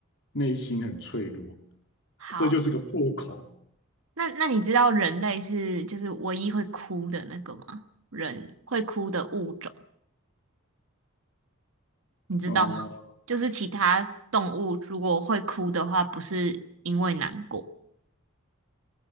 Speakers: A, on the left; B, on the right.
A: 内心很脆弱，
B: 好，
A: 这就是个破口。
B: 那那你知道人类是就是唯一会哭的那个吗？人会哭的物种。你知道吗？
A: 呃，
B: 就是其他动物如果会哭的话，不是因为难过。